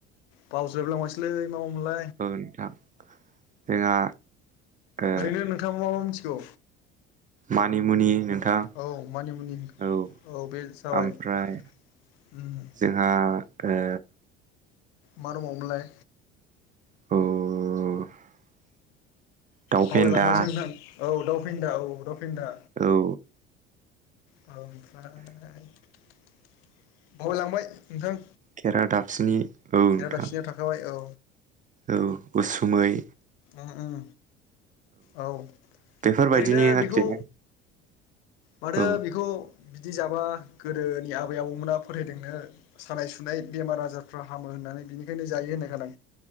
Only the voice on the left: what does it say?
बावजोबलायलांबायस्लै मा- मा मोनलाय?
ओरैनो नोंथाङा मा मा मिथिगौ
औ मानिमुनि
बे जाबाय
उम
मा दंबावोमोनलाय?
बावलाय
लांबायसो नोंथां औ दावफेनदा औ दावफेनदा।
बावलांबाय नोंथां
खेरा
दाफसिनिया थाखाबाय औ
उम औ
ओरैनो
बेखौ
माथो
बेखौ बिदि जाबा गोदोनि आबै आबौमोना फोथायदोंनो सानाय सुनाय बेमार आजार फ्रा हामो होननानै बिनिखायनो जायो होननाय खोना